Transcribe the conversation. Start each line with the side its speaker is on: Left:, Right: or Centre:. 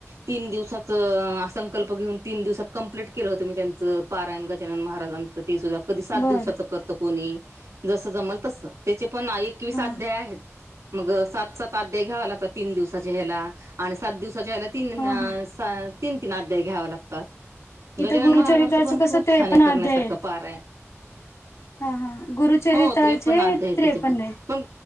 Right: तीन दिवसच संकल्प घेऊन तीन दिवसात कंप्लीट केलं होतं मी त्यां पारायण गजानन महाराजांचं ते सुद्धा कधी सात
Left: बर
Right: दिवसाचं करत कोणी जस जमल तस त्याचे पण एकवीस
Left: हा
Right: अध्याय आहेत मग सात सातध्याय घ्याव लागत तीन दिवसाचे ह्याला आणि सात दिवस सजयला तीन
Left: हा हा
Right: तीन तीन अध्याय घ्याव लागतात
Left: इथं
Right: गजानन
Left: गुरुचरित्राचं
Right: महाराजांचं पण
Left: कसं
Right: खूप
Left: त्रेपण
Right: छान आहे करण्यासारखं
Left: अध्याय
Right: पारायण
Left: हा हा गुरुचरित्राचे
Right: हो त्रेपन्न अध्याय आहे
Left: त्रेपन्न
Right: त्याचे पण